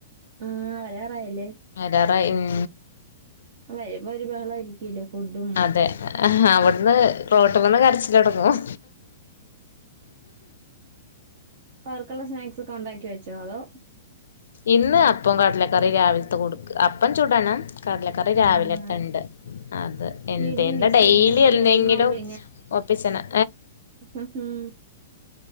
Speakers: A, on the right; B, on the left.
A: ആഹ് വരാറായല്ലേ
B: വരാറായി ഉം
A: വരുമ്പം ഒരു ബഹളമായിയിരിക്കുവല്ലോ ഫുഡും
B: അതെ അവിടുന്ന് റോട്ട്മെന്ന് കരച്ചിലൊട്ങ്ങും
A: അവർക്കുള്ള സ്നാക്സൊക്കെ ഒണ്ടാക്കി വെച്ചോ അതോ
B: ഇന്ന് അപ്പോം കടലക്കറി രാവിലത്തെ കൊടുക്ക് അപ്പം ചുടണം കടലക്കറി രാവിലെത്തെ
A: ആഹ്
B: ഇണ്ട് അത് എന്തേന്തെ
A: എനിക്ക് മിസ്
B: ഡെയ്ലി
A: ചെയ്യുന്നെ സ്കൂളിൽ
B: എന്തെങ്കിലും
A: നിന്ന് പോകുമ്പോ
B: ഒപ്പിച്ചണം
A: ഹും ഹും